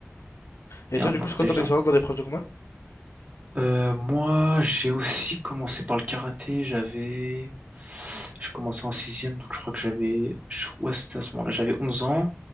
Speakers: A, on the left (about 70°); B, on the right (about 30°).
A: Et
B: Et
A: toi,
B: un bon
A: du
B: protège
A: coup, c'est quoi ton expérience dans les proches de combat?
B: Euh, moi, j'ai aussi commencé par le karaté. J'avais, je commençais en sixième, donc je crois que j'avais, je- ouais, c'était à ce moment-là, j'avais 11 ans.